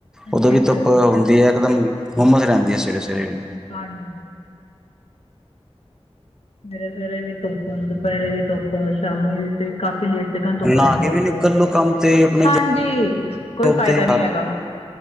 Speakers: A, on the left (about 65°); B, in the centre.
A: ਅੱਛਾ
B: ਉਦੋਂ ਵੀ ਧੁੱਪ
A: ਜੀ
B: ਹੁੰਦੀ ਹੈ ਇਕਦਮ ਹੁੰਮਸ, ਰਹਿੰਦੀ ਏ ਸਵੇਰੇ ਸਵੇਰੇ
A: ਹਾਂਜੀ ਸਵੇਰੇ ਸਵੇਰੇ ਵੀ ਧੁੱਪ, ਦੁਪਹਿਰੇ ਵੀ ਧੁੱਪ, ਦ ਸ਼ਾਮੀ ਵੀ, ਤੇ ਕਾਫ਼ੀ ਲੇਟ ਤਿਕਣ ਧੁੱਪ
B: ਨਹਾ
A: ਰਹਿੰਦੇ
B: ਕੇ ਵੀ
A: ਹੈਗੀ
B: ਨਿਕਲੋ
A: ਐ,
B: ਕੰਮ ਤੇ ਆਪਣੇ
A: ਹਾਂਜੀ
B: ਜੋਬ
A: ਕੋਈ ਫਾਇਦਾ
B: ਤੇ
A: ਨਹੀਂ ਹੈਗਾ।